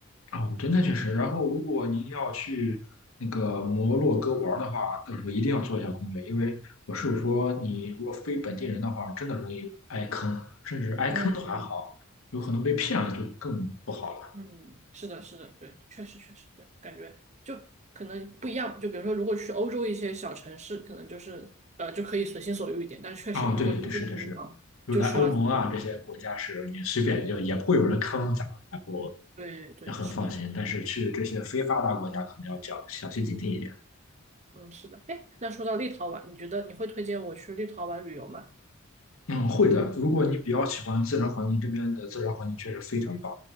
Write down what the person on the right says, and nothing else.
嗯，
嗯，是的，是的，对，确实确实对，感觉就可能不一样。就比如说，如果去欧洲一些小城市，可能就是呃就可以随心所欲一点，但确实如果去这种地方，
就需要提前。
对对，
是的，
嗯，是的。哎，那说到立陶宛，你觉得你会推荐我去立陶宛旅游吗？